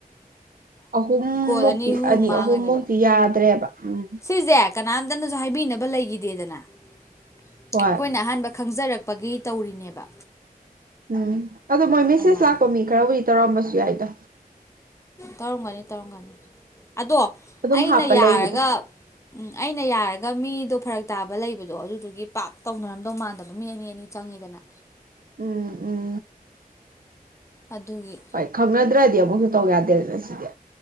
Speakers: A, on the right; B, on the left.
A: ꯑꯍꯨꯝꯃꯨꯛꯇꯤ
B: ꯀꯣꯜ ꯑꯅꯤ ꯑꯍꯨꯝ ꯃꯥꯡꯉꯅꯦꯕ
A: ꯑꯍꯨꯝꯃꯨꯛꯇꯤ ꯌꯥꯗ꯭ꯔꯦꯕ ꯎꯝ
B: ꯁꯤꯁꯦ ꯀꯅꯥꯝꯇꯅꯁꯨ ꯍꯥꯏꯕꯤꯅꯕ ꯂꯩꯈꯤꯗꯦꯗꯅ ꯑꯩꯈꯣꯏꯅ
A: ꯍꯣꯏ
B: ꯑꯍꯥꯟꯕ ꯈꯪꯖꯔꯛ ꯄꯒꯤ ꯇꯧꯔꯤꯅꯦꯕ
A: ꯎꯝ ꯑꯗꯣ ꯃꯣꯏ ꯃꯦꯁꯦꯖ
B: ꯑꯗꯨꯃꯥꯏꯅ
A: ꯂꯥꯛꯄ ꯃꯤ ꯈꯔꯕꯨꯔꯤ ꯇꯧꯔꯝꯕꯁꯨ ꯌꯥꯏꯗꯣ
B: ꯇꯧꯔꯝꯒꯅꯤ ꯇꯧꯔꯝꯒꯅꯤ ꯑꯗꯣ
A: ꯑꯗꯨꯝ
B: ꯑꯩꯅ
A: ꯍꯥꯞꯄ
B: ꯌꯥꯔꯒ
A: ꯂꯩꯕꯗꯣ
B: ꯎꯝ ꯑꯩꯅ ꯌꯥꯔꯒ ꯃꯤꯗꯣ ꯐꯔꯛ ꯇꯥꯕ ꯂꯩꯕꯗꯣ ꯑꯗꯨꯗꯨꯒꯤ ꯄꯥꯛ ꯇꯧꯅꯔꯝꯗꯧ ꯃꯥꯟꯗꯕ ꯃꯤ ꯑꯅꯤ ꯑꯅꯤ ꯆꯪꯉꯤꯗꯅ
A: ꯎꯝ ꯎꯝ
B: ꯑꯗꯨꯒꯤ
A: ꯍꯣꯏ ꯈꯪꯅꯗ꯭ꯔꯗꯤ ꯑꯃꯨꯛꯁꯨ ꯇꯧ ꯌꯥꯗꯦꯗꯅ ꯁꯤꯗꯤ